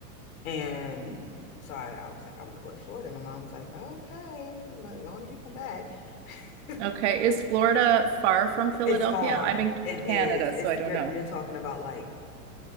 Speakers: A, on the left; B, on the right.
A: and so I, I was like, I want to go to Florida. My mom was like, okay, as long as you come back. <laughs>
B: Okay, is Florida far from Philadelphia?
A: It's far.
B: I'm in
A: It is.
B: Canada, so
A: It's
B: I don't
A: you're
B: know.
A: you're talking about like